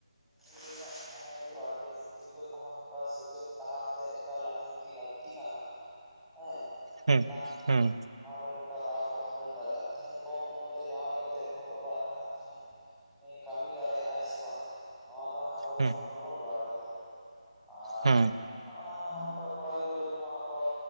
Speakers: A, in the centre; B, on the right (about 55°).
A: ᱟᱫᱚ <inaudible> ᱢᱚᱱᱮ ᱦᱩᱭᱩᱜ ᱠᱚᱣᱟ ᱡᱮ ᱛᱤᱨᱞᱟᱹ ᱠᱚᱦᱚᱸ ᱱᱚᱝᱠᱟ ᱥᱮᱪᱮᱫ ᱰᱟᱦᱟᱨ ᱛᱮ ᱮᱠᱟᱞ ᱞᱟᱦᱟᱱᱛᱤ ᱞᱟᱹᱠᱛᱤ ᱠᱟᱱᱟ᱾ ᱦᱮᱸ
B: ᱦᱩᱸ
A: ᱪᱮᱛᱟᱱ
B: ᱦᱩᱸ
A: ᱴᱷᱟᱣ ᱨᱮ ᱱᱚᱝᱠᱟ ᱫᱟᱣ ᱠᱚ ᱦᱟᱢᱮᱴ ᱫᱟᱲᱮᱜᱼᱟ, ᱛᱮᱦᱮᱧ ᱠᱚᱢ ᱩᱢᱮᱨ ᱨᱮ ᱡᱟᱶᱟᱭ ᱠᱟᱛᱮᱫ ᱦᱚᱲ ᱚᱲᱟᱜ ᱨᱮ ᱦᱟᱸᱜ ᱛᱟᱦᱮᱧ ᱩᱱᱤ ᱠᱟᱹᱢᱤ ᱫᱟᱲᱮᱜᱼᱟᱭ ᱥᱮ ᱵᱟᱝ? ᱱᱚᱣᱟ ᱫᱚ ᱦᱟᱸᱜ ᱟᱵᱚ ᱫᱚ
B: ᱦᱩᱸ
A: ᱦᱟᱸᱜ ᱵᱟᱵᱚᱱ ᱵᱟᱲᱟᱭᱟ ᱛᱚ ᱟᱨ
B: ᱦᱩᱸ ᱦᱮᱸ
A: ᱱᱚᱠᱟ ᱦᱚᱸ ᱦᱚᱝᱠᱟ ᱠᱚᱲᱟ ᱜᱤᱫᱽᱨᱟᱹ ᱠᱚᱦᱚᱸ ᱟᱠᱚ